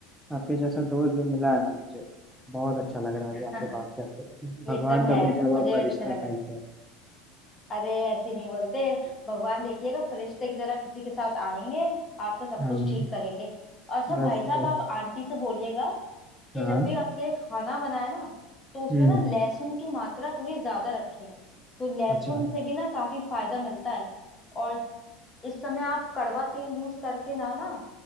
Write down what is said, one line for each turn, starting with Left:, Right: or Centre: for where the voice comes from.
Centre: आपके जैसा दोस्त जो मिला है ना मुझे बहुत अच्छा लग रहा है
Left: <laughs>
Centre: अभी आपसे बात करके
Left: ये
Centre: भगवान
Left: तो
Centre: का
Left: है
Centre: भेजा हुआ
Left: मुझे भी
Centre: फरिश्ता
Left: अच्छा लगा
Centre: टाइप है
Left: अरे ऐसे नहीं बोलते भगवान देखिएगा फरिश्ते की तरह किसी के साथ आएंगे आपका सब
Centre: हाँ
Left: कुछ ठीक करेंगे और सब
Centre: बस
Left: भाई साहब
Centre: बस
Left: आप आंटी से बोलिएगा कि
Centre: हाँ
Left: जब भी आपके लिए खाना बनाए ना तो उसमें
Centre: हम्म
Left: ना
Centre: हम्म,
Left: लहसुन की मात्रा थोड़ी ज्यादा रखें तो लहसुन
Centre: अच्छा
Left: से भी ना काफी फायदा मिलता है और इस समय आप कड़वा तेल यूज करके ना ना